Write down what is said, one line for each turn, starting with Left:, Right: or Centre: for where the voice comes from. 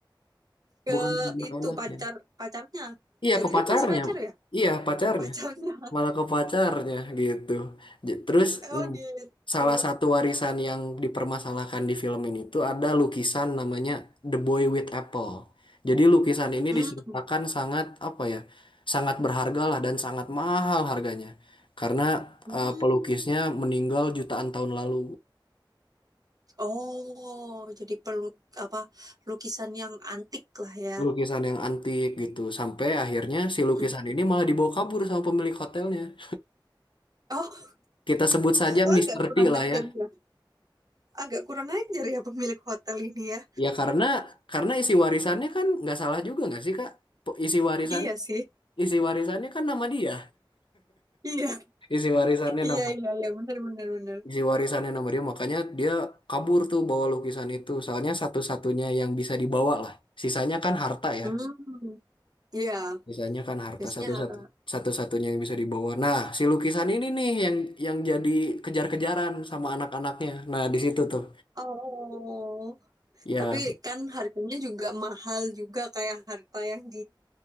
Right: Ke
Left: bukan ke anak-anaknya.
Right: itu pacar pacarnya.
Left: Iya,
Right: Jatuhnya
Left: ke pacarnya.
Right: masih pacar ya?
Left: Iya, pacarnya.
Right: Ke pacarnya. <laughs>
Left: malah ke pacarnya gitu. J- Terus
Right: Oh
Left: nah,
Right: gitu.
Left: salah satu warisan yang dipermasalahkan di film ini tuh ada lukisan namanya The Boy with Apple. Jadi lukisan ini
Right: Hmm.
Left: diceritakan sangat apa ya, sangat berharga lah dan sangat mahal harganya. Karena
Right: Hmm.
Left: eh, pelukisnya meninggal jutaan tahun lalu.
Right: Oh, jadi perlu apa lukisan yang antik lah ya.
Left: Lukisan yang antik gitu. Sampai akhirnya si lukisan
Right: Mm.
Left: ini malah dibawa kabur sama pemilik hotelnya.
Right: Oh,
Left: Kita sebut saja
Right: Oh,
Left: Mister
Right: agak kurang
Left: T lah
Right: ajar
Left: ya.
Right: ya. Agak kurang ajar ya pemilik hotel ini ya.
Left: Ya karena karena isi warisannya kan nggak salah juga nggak sih Kak? Po- Isi warisan
Right: Iya sih.
Left: isi warisannya kan nama dia.
Right: Iya,
Left: Isi warisannya
Right: <laughs> iya,
Left: nama
Right: iya, iya, benar, benar, benar.
Left: isi warisannya nama dia makanya dia kabur tuh bawa lukisan itu. Soalnya satu-satunya yang bisa dibawa lah. Sisanya kan harta ya.
Right: Hmm, iya.
Left: Sisanya kan harta
Right: Biasanya
Left: satu-satu
Right: harga.
Left: satu-satunya yang bisa dibawa. Nah, si lukisan ini nih yang yang jadi kejar-kejaran sama anak-anaknya. Nah, di situ tuh.
Right: Oh,
Left: Ya,
Right: tapi kan harganya juga mahal juga kayak harta yang